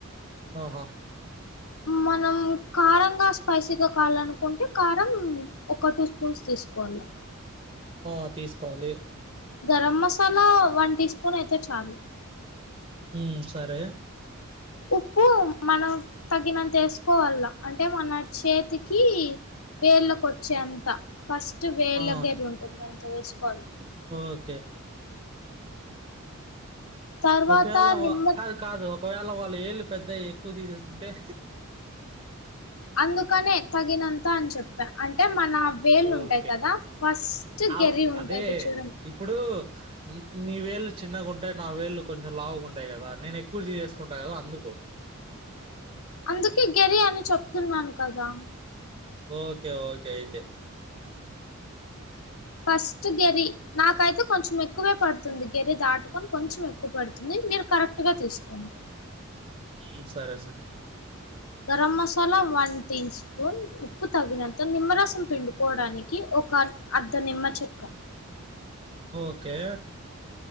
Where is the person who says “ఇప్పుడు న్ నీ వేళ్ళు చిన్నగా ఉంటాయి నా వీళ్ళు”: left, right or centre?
Right